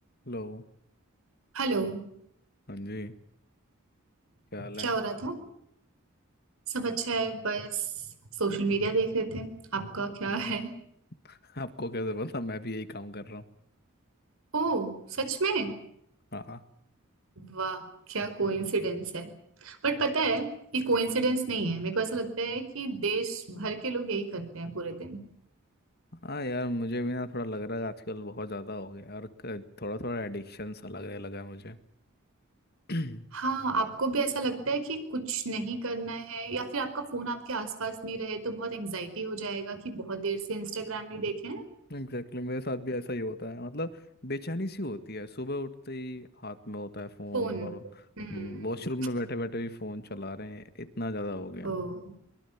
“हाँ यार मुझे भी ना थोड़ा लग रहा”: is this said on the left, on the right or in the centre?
Left